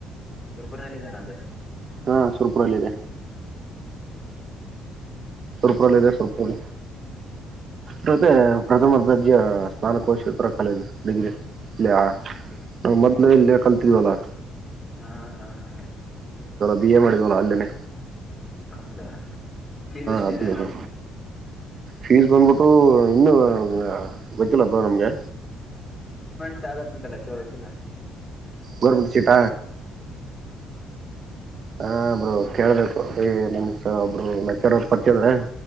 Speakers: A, on the left; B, on the right.
A: ತುರ್ಪುರ್ನಲ್ಲಿ ಇದಾನ ಅದು.
B: ಹಾ ಸುರ್ಪುರಲ್ಲ ಅಲ್ಲಿದೆ.
A: ಹಾ.
B: ಸುರ್ಪುರಲ್ಲಿ ಇದೆ ಸುರ್ಪುರ್ ತೊತೆ. ಪ್ರಥಮ ದರ್ಜೆ ಸ್ನಾನಕೋಶೇಪರ ಕಾಲೇಜು ಡಿಗ್ರಿ. ಲೆ ಯ
A: ಡಿಗ್ರಿ
B: ಮದ್ಲು ಇಲ್ಲಿ. ಕಲ್ತಿದಿವಲ್ಲಾ.
A: ಹಾ ಹಾ ಹಾ.
B: ವಿಯ ಮಾಡಿದ್ವಲ್ಲ ಅಲ್ಲೇನೇ.
A: ಹೌದಾ. ಫೀಸ್ ಏಷ್ಟಿದೆ?.
B: ಅದ ಫೀಸ್ ಬಂದ್ಬಿಟ್ಟು ಇನ್ನು ಆ ಗೊತ್ತಿಲ್ಲಪ್ಪ ನಮ್ಗೆ
A: ಟ್ ಆಗತ್ತಂತೆಲ್ಲ ಕೇಳ ಗೊತ್ತಿಲ್ಲ.
B: ಗೋರ್ಮೆಂಟ್ ಸೀಟ ಹ ಬ್ರೋ ಕೇಳಬೇಕು ಈ ನಮಸ ಒಬ್ರು ಲೆಚರರ್ ಪರ್ಚಯ ಇದಾರೆ.